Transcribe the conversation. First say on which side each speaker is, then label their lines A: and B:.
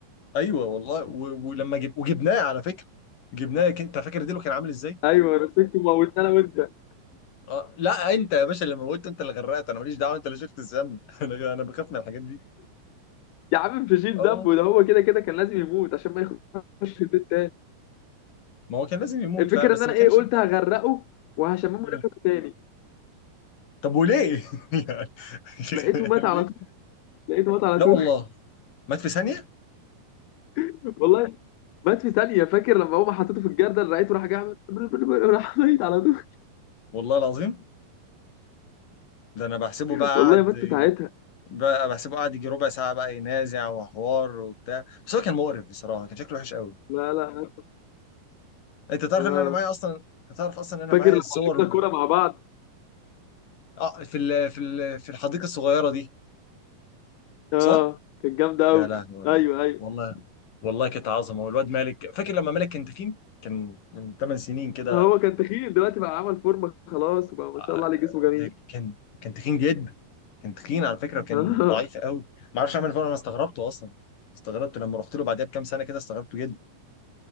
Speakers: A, on the left; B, on the left.
A: ايوه والله و... ولما جب... وجبناه على فكره جبناه انت فاكر ديلو كان عامل ازاي
B: ايوه مسكت موتنا انا وانت
A: اه لا انت يا باشا اللي موته انت اللي غرقت انا ماليش دعوه انت اللي شفت الذنب <laughs> انا انا بخاف من الحاجات دي
B: يا عم مش هشيل
A: اه
B: ذنبه ده هو كده كده كان لازم يموت عشان ما يخش في البيت
A: ما هو كان لازم يموت
B: الفكره
A: فعلا بس
B: ان انا
A: ما كانش
B: ايه قلت
A: <laughs>
B: هغرقه وهشممه
A: مم.
B: نفسه تاني
A: طب وليه؟ <laughs>
B: لقيته
A: يعني
B: مات على
A: ليه؟
B: طول لقيته مات على
A: لا
B: طول
A: والله مات في ثانيه
B: <laughs> والله مات في ثانيه فاكر لما هو حطيته في الجردل لقيته راح جاي عمل <laughs> راح ميت على طول
A: والله العظيم ده انا بحسبه
B: <laughs>
A: بقى قاعد
B: والله مات في ساعتها
A: بقى بحسبه قاعد يجي ربع ساعه بقى ينازع وحوار وبتاع بس هو كان مقرف بصراحه كان شكله وحش قوي
B: لا لا مات.
A: انت تعرف
B: اه
A: ان انا معايا اصلا هتعرف اصلا ان انا
B: فاكر
A: معايا
B: لما
A: الصور
B: لعبنا كوره مع بعض
A: اه في ال... في ال... في الحديقه الصغيره دي
B: اه
A: صح؟
B: كانت جامده قوي
A: يا لهوي
B: ايوه ايوه
A: والله والله كانت عظمه والواد مالك فاكر لما مالك كان تخين كان من 8 سنين كده
B: هو كان تخين دلوقتي بقى عمل فورمه خلاص وبقى ما شاء
A: آه،
B: الله عليه جسمه جميل
A: ده كان كان تخين جدا كان تخين على فكره
B: <laughs>
A: وكان
B: اه
A: ضعيف قوي ما اعرفش اعمل فورمه انا استغربته اصلا استغربته لما رحت له بعدها بكام سنه كده استغربته جدا